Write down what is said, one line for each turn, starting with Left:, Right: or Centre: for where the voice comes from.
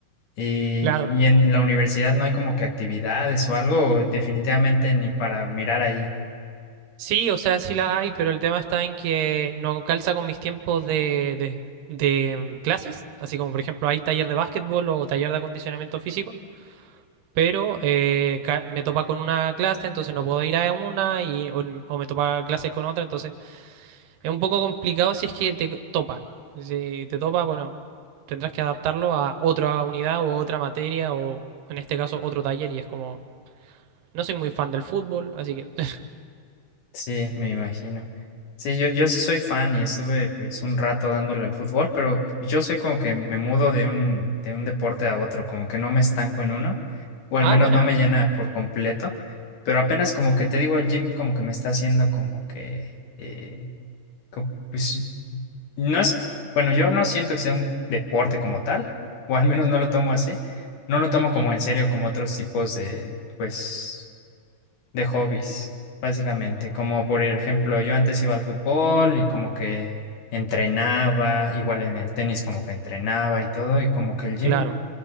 Left: Y,
Right: Claro.
Left: y en la universidad no hay como que actividades o algo, o definitivamente ni para mirar ahí.
Right: Sí, o sea, sí la hay, pero el tema está en que no calza con mis tiempos de, de, de, mm, clases. Así como, por ejemplo, hay taller de básquetbol o taller de acondicionamiento físico, pero eh, ca- me topa con una clase, entonces no puedo ir a una, y, o, o me topa clases con otra, entonces Es un poco complicado si es que te topa. Si te topa, bueno, tendrás que adaptarlo a otra unidad o otra materia o en este caso otro taller y es como, no soy muy fan del fútbol, así que... <laughs>
Left: Sí, me imagino. Sí, yo, yo sí soy fan y estuve pues un rato dándole al fútbol, pero yo soy como que me mudo de un, de un deporte a otro, como que no me estanco en uno, o al
Right: Ah,
Left: menos
Right: buena.
Left: no me llena por completo, pero apenas como que te digo, el gym como que me está haciendo como que, eh, co- pues no es, bueno, yo no siento que sea un deporte como tal, o al menos no lo tomo así, no lo tomo
Right: Ujú.
Left: como en serio como otros tipos de, pues de hobbies, básicamente. Como por ejemplo, yo antes iba al fútbol y como que entrenaba, igual en el tenis como que entrenaba y todo, y como que el gym
Right: Claro,